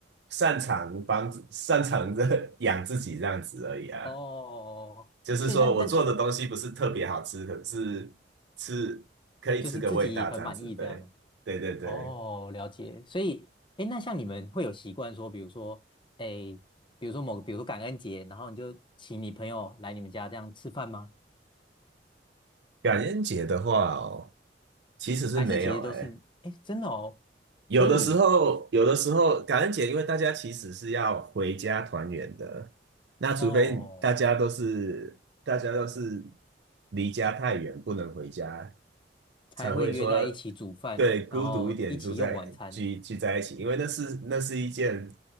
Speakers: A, on the right; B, on the left.
A: 擅长帮自擅长的 <laughs> 养自己这样子而已啊。
B: 哦，
A: 就是说我做的东西不是特别好吃，
B: 所以那那
A: 可是吃可以吃个味道这样子。
B: 就是自己很满意这样。
A: 对，对对对。
B: 哦，了解。所以，哎，那像你们会有习惯说，比如说，哎，比如说某，比如说感恩节，然后你就请你朋友来你们家这样吃饭吗？
A: 感恩节的话哦，其实是没有诶。
B: 还是其实都是，哎，真的哦，
A: 有的时候，
B: 所以
A: 有的时候感恩节，因为大家其实是要回家团圆的，那除非大家都是大家都是
B: 哦，
A: 离家太远不能回家。
B: 才会约在一起煮饭，
A: 才会说对孤独一点住在聚聚在一起，
B: 然后一起用晚餐。
A: 因为那是那是一件，